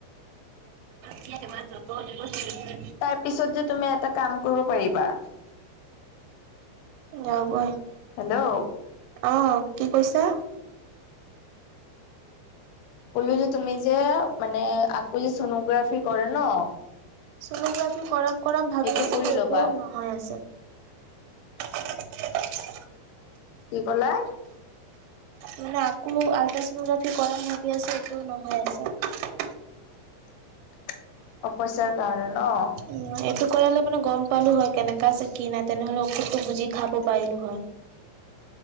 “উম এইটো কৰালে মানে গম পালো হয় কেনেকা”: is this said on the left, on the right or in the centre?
Right